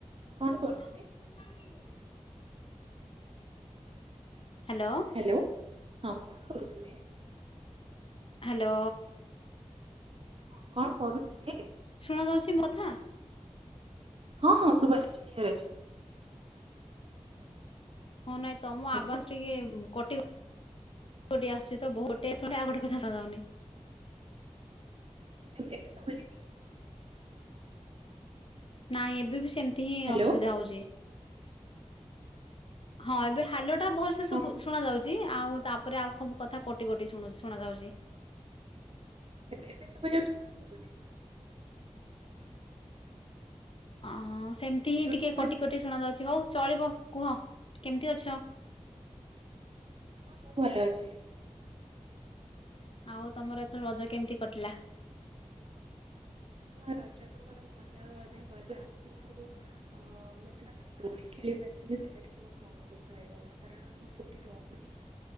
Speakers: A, on the right; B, on the left.
A: କଣ କରୁଥିଲେ
B: ମା ମୁତିଲାଣି ହ୍ୟାଲୋ
A: ହାଲୋ ହଁ କଣ କରୁଥିଲେ?
B: ହାଲୋ।
A: ହଁ କଣ କରୁଥୁଲେ?
B: ଶୁଣାଯାଉଛି ମୋ କଥା?
A: ହଁ ହଁ ଶୁଭାଯାଉଛି କ୍ଲିୟର୍ ଅଛି।
B: ହଁ ନାଇଁ ତମ
A: ହ୍ୟାଲୋ
B: ଆବାସ୍ ଟିକେ ଉମ୍ କଟି-କ-କଟି ଆସଛି ତ ବହୁଟେ ଆଉ ଗୋଟେ କଥା ଯାଉନି।
A: ଏବେ ଏବେ ଶୁଭୁଛି କି
B: ନାଇଁ ଏବେବି ସେମତି ହିଁ
A: ହ୍ୟାଲୋ
B: ଅସୁବିଧା ହୋଉଚି। ହଁ ଏବେ ହାଲୋଟା ଭଲସେ
A: ଆଚ୍ଛା
B: ଶୁବୁ-ଶୁଣା ଯାଉଚ୍ ଚି ଆଉ ତାପରେ ଆଉ ଖବୁ କଥା କଟିକଟି ଶୁଣୁ-ଶୁଣାଯାଉଚି।
A: ଏବେ-ଏବେ ଶୁଭାଯାଉଚି ନା ଏବେ ଶୁଭୁନି?
B: ଅହଁ ସେମତି ହିଁ
A: ଏବେ
B: ଟିକେ
A: ମୋ ଭଏସ
B: କଟିକଟି ଶୁଣାଯାଉଚି ହୋଉ ଚଳିବ କୁହ କେମତି ଅଛ?
A: ହଁ ମୁଁ ଭଲଅଛି।
B: ଆଉ ତମର ଏଥର ରଜ କେମତି କଟିଲା?
A: ହଁ ରଜ ତ ମୋର ଭଲରେ ଗଲା କିନ୍ତୁ ଅ-ମୁଁ ଏଥରକ ଦୋଳି ଖେଳି ନା ସେଇଟା ଟିକେ ମୋର ମନ ଦୁଃଖ ହେଇଗଲା କାରଣ ମୁଁ ଯୋଉଠି ରହୁଚି